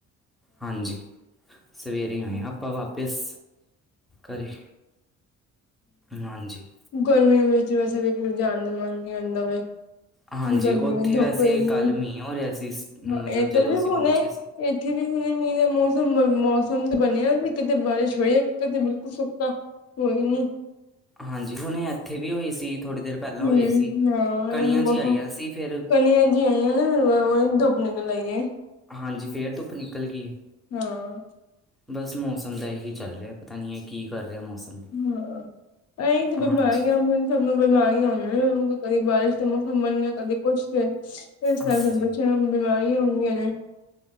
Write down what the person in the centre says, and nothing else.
ਹਾਂਜੀ ਸਵੇਰੇ ਆਏ ਹਾਂ ਆਪਾਂ ਵਾਪਿਸ ਘਰੇ। ਹਾਂਜੀ।
ਹਾਂਜੀ
ਉੱਥੇ
ਵੈਸੇ
ਕੱਲ ਮੀਂਹ ਹੋ ਰਿਹਾ ਸੀ।
ਮਤਲਬ
ਜਦੋਂ
ਅਸੀਂ
ਪਹੁੰਚੇ ਸੀ
ਹਾਂਜੀ ਹੁਣ ਇੱਥੇ ਵੀ ਹੋਈ ਸੀ ਥੋੜੀ ਦੇਰ ਪਹਿਲਾਂ
ਹੋਈ ਸੀ
ਕਣੀਆਂ
ਜਿਹੀ
ਆਈਆਂ ਸੀ ਫਿਰ
ਹਾਂਜੀ ਫਿਰ ਧੁੱਪ ਨਿਕਲ ਗਈ।
ਬਸ ਮੌਸਮ ਦਾ ਇਹੀ ਚੱਲ ਰਿਹਾ ਪਤਾ ਨਹੀਂ ਹੈ ਕੀ ਕਰ ਰਿਹਾ ਮੌਸਮ। ਵੀ
ਹਾਂਜੀ
ਹਾਂਜੀ